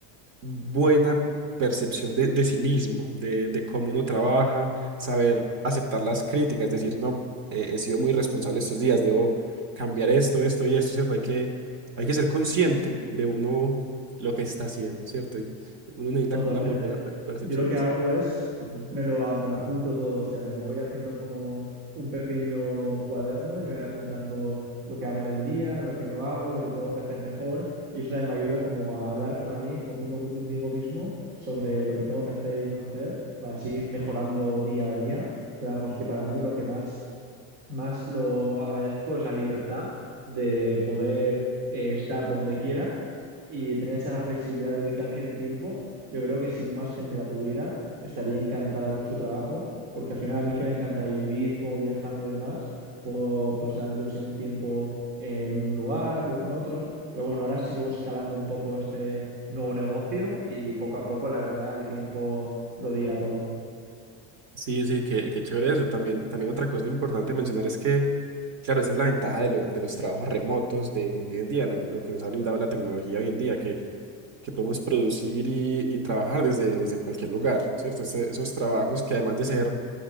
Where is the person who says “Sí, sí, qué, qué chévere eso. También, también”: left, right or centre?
Right